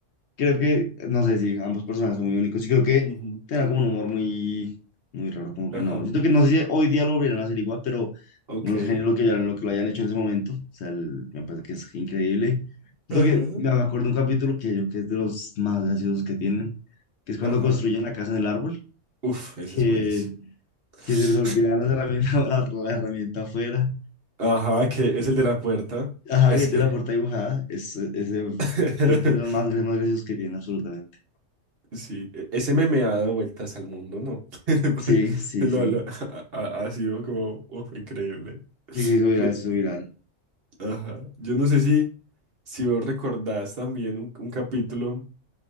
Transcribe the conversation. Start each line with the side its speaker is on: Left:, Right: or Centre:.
Left: creo que, no sé si ambos personajes son muy únicos. Y creo que
Right: Ujú.
Left: tenía como un humor muy, muy raro, como que
Right: Ajá,
Left: no. Siento que no sé si hoy día lo volvieran a hacer igual, pero
Right: ok.
Left: unos genios lo que, ya- lo que lo hayan hecho en ese momento. O sea, el- me parece que es increíble. Siento
Right: Ajá.
Left: que me acuerdo de un capítulo que yo que es de los más graciosos que tienen, que es cuando
Right: Ajá.
Left: construyen la casa en el árbol,
Right: Uf, ese
Left: <laughs> que,
Right: es buenísimo. <laughs>
Left: que se les olvidan las herramientas, <laughs> la, la herramienta afuera.
Right: Ajá, que es el de la puerta.
Left: Ajá,
Right: Es
Left: que tiene
Right: que.
Left: la puerta dibujada. Es, ese,
Right: <laughs>
Left: yo creo que es de los más, gra- más graciosos que tiene, absolutamente.
Right: Sí, e- ese meme ha dado vueltas al mundo, ¿no? <laughs> Porque
Left: Sí, sí,
Right: lo-
Left: sí.
Right: lo- ha, ha- ha sido como, uf, increíble.
Left: Sí, sí, soy viral,
Right: Yo,
Left: sí, soy viral. <laughs>
Right: ajá. Yo no sé si, si vos recordás también un, un capítulo